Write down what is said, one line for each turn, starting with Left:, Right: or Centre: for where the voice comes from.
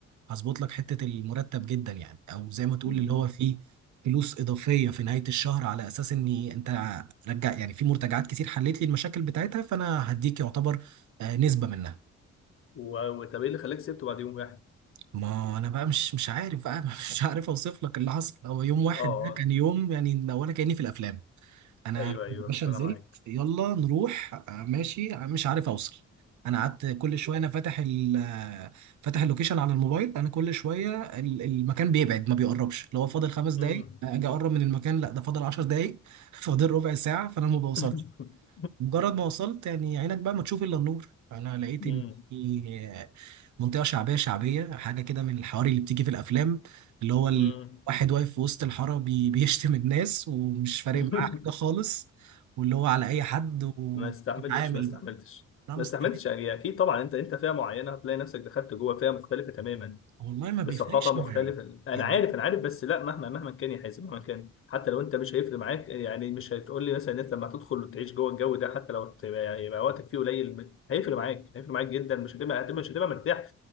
Right: هظبط لك حتة المرتب جدا يعني او زي ما تقول
Left: امم
Right: اللي هو فيه فلوس اضافية في نهاية الشهر على اساس اني انت رجع يعني في مرتجعات كتير حليت لي المشاكل بتاعتها فانا هديك يعتبر آه، نسبة منها
Left: و... وطب ايه اللي خلاك سبته بعد يوم واحد
Right: ما انا بقى مش مش عارف بقى <laughs> مش عارف اوصف لك اللي حصل هو يوم واحد
Left: اه آه.
Right: ده كان يوم يعني ولا كأني في الافلام انا
Left: ايوه
Right: يا
Left: ايوه
Right: باشا
Left: ربنا
Right: نزلت
Left: معاك
Right: يلا نروح آه، ماشي آه، مش عارف اوصل انا قعدت كل شويه انا فاتح ال آه، فاتح اللوكيشن على الموبايل انا كل شويه ال- المكان بيبعد ما بيقربش لو هو فاضل خمس دقايق
Left: امم
Right: آه، اجي اقرب من المكان لا ده فاضل عشر دقايق <laughs> فاضل ربع ساعه فانا ما بوصلش
Left: <laughs>
Right: مجرد ما وصلت يعني عينك بقى ما تشوف الا النور فانا لقيت
Left: امم
Right: ان في منطقه شعبيه شعبيه حاجه كده من الحواري اللي بتيجي في الافلام اللي هو الواحد
Left: امم
Right: واقف في وسط الحاره بي- <laughs> بيشتم الناس ومش فارق
Left: <laughs>
Right: معاه حاجه خالص واللي هو على اي حد وبيتعامل
Left: ما استحملتش ما استحملتش
Right: بقى لا
Left: ما
Right: مستحيل
Left: استحملتش يعني اكيد طبعا انت انت فئه معينه هتلاقي نفسك دخلت جوه فئه مختلفه تماما
Right: والله ما بيفرقش
Left: بثقافه مختلفه
Right: معايا
Left: انا
Right: يعني
Left: عارف انا عارف بس لا مهما مهما كان يا حازم مهما كان حتى لو انت مش هيفرق معاك يعني مش هتقول لي مثلا ان انت لما هتدخل وتعيش جوه الجو ده حتى لو هتبقى- يبقى وقتك فيه قليل هيفرق معاك هيفرق معاك جدا مش هتبقى هتبقى- مش هتبقى مرتاح